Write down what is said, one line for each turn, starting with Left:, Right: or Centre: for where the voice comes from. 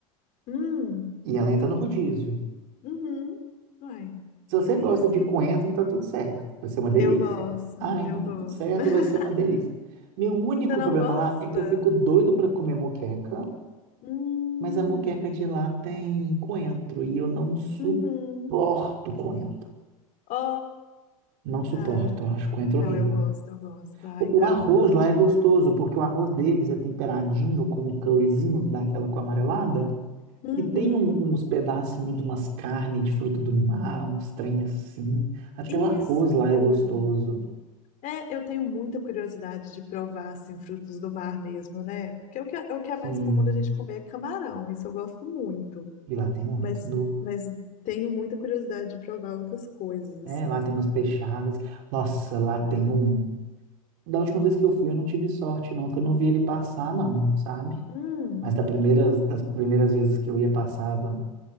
Left: Hum.
Right: e ela entra no rodízio.
Left: Uhum. Ai,
Right: Se você
Left: delícia.
Right: gosta de coentro, tá tudo certo. Vai ser uma delícia.
Left: Eu gosto,
Right: Ah, então
Left: eu
Right: tá
Left: gosto.
Right: tudo certo,
Left: <laughs>
Right: vai ser uma delícia. Meu único
Left: Você não
Right: problema
Left: gosta?
Right: lá é que eu fico doido para comer moqueca
Left: Hum,
Right: Mas a moqueca de lá tem coentro e eu não suporto
Left: uhum.
Right: coentro.
Left: Ó,
Right: Não suporto,
Left: ah,
Right: eu acho coentro
Left: não,
Right: horrível.
Left: eu gosto, eu gosto. Ah,
Right: O,
Left: então
Right: o arroz
Left: eu vou curtir.
Right: lá é gostoso, porque o arroz deles é temperadinho com um curryzinho que dá aquela com amarelada.
Left: Uhum.
Right: E tem um- uns pedacinhos de umas carnes de fruto do mar, uns trem assim. Até
Left: Isso.
Right: o arroz lá é gostoso.
Left: É, eu tenho muita curiosidade de provar, assim, frutos do mar mesmo, né? Porque o que, é- o que é mais
Right: Sim,
Left: comum da gente comer é camarão, isso eu gosto muito.
Right: e lá tem muito.
Left: Mas,
Right: No,
Left: mas tenho muita curiosidade de provar outras coisas, assim.
Right: é, lá tem umas peixadas. Nossa, lá tem
Left: Ah.
Right: um. Da última vez que eu fui, eu não tive sorte, não, que eu não vi ele passar, não, sabe?
Left: Hum.
Right: Mas da primeira, das primeiras vezes que eu ia, passava